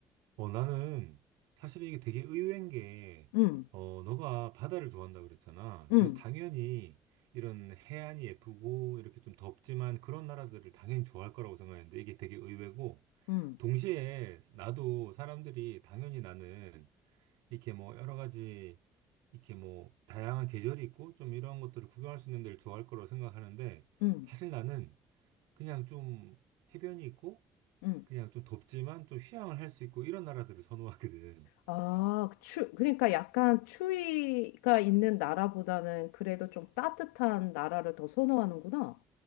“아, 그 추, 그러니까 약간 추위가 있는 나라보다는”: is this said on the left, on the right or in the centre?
Left